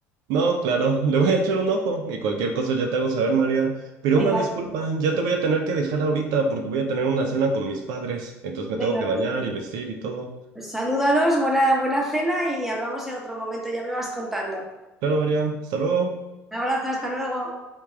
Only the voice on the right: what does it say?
No, claro, le voy a echar un ojo y cualquier cosa ya te hago saber, María. Pero
una disculpa, ya te voy a tener que dejar ahorita porque voy a tener una cena con mis padres, entonces me
tengo que bañar
y vestir y todo.
Claro, María, hasta luego.